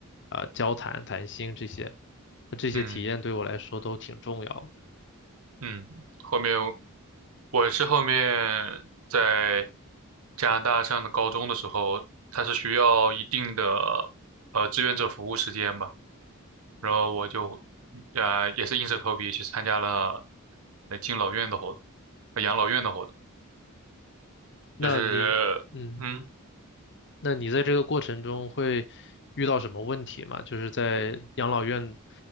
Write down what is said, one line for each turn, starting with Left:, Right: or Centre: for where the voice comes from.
Left: 啊、呃交谈、谈心这些，那这些体验对我来说都挺重要的。
Right: 嗯嗯，后面我是后面在加拿大上的高中的时候，它是需要一定的呃志愿者服务时间吧，然后我就啊也是硬着头皮去参加了呃敬老院的活动，呃养老院的活动，
Left: 那你，
Right: 就是。
Left: 嗯。
Right: 嗯。
Left: 那你在这个过程中会遇到什么问题吗？就是在养老院，